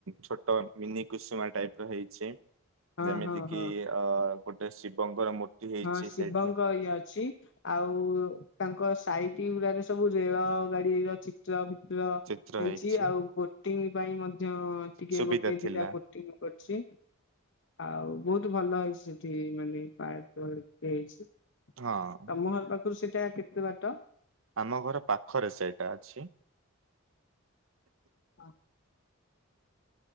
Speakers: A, on the right; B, on the left.
A: ଛୋଟ ମିନି କୁସୁମା ଟାଇପ୍ ର ହେଇଛି।
B: ହଁ
A: ଯେମିତି
B: ହଁ
A: କିି
B: ହଁ
A: ଅ ଗୋଟେ ଶିବଙ୍କର ମୂର୍ତ୍ତି ହେଇଚି
B: ହଁ ଶିବଙ୍କ
A: ସେଠି।
B: ଇଏ ଅଛି। ଆଉ ତାଙ୍କ ସାଇଟି ଗୁଡାାରେ ସବୁ ରେଳ ଗାଡିର ଚି ତ୍ର ଭିତ୍ର
A: ଚିତ୍ର
B: ହେଇଚି
A: ହେଇଛି।
B: ଆଉ ବୋଟିଂ ପାଇଁ ମଧ୍ୟ ଟିକେ
A: ସୁବିଧା
B: ଗୋଟେ
A: ଥିଲା
B: ଦିଟା <inaudible> କର୍ ଚି ଆଉ ବହୁତ୍ ଭଲ ହେଇଛି ସେଠି ମାନେ ପାର୍କ ଘରିକା ହେଇଛି। ତମ
A: ହଁ
B: ଘର ପାଖରୁ ସେଟା କେତେ ବାଟ?
A: ଆମ ଘର ପାଖରେ ସେଇଟା ଅଛି।
B: ହ ହ <inaudible>